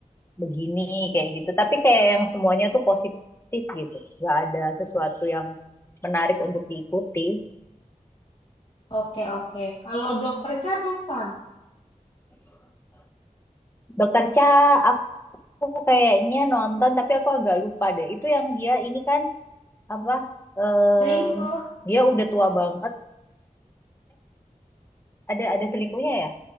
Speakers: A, on the left; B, on the left.
A: begini kayak gitu. Tapi kayak yang semuanya tuh positif gitu. Nggak ada sesuatu yang menarik untuk diikuti.
B: Oke, oke. Kalau Dokter Cha nonton.
A: Dokter Cha aku kayaknya nonton tapi aku agak lupa deh. Itu yang dia ini kan apa em,
B: Selingkuh.
A: dia udah tua banget. ada ada selingkuhnya ya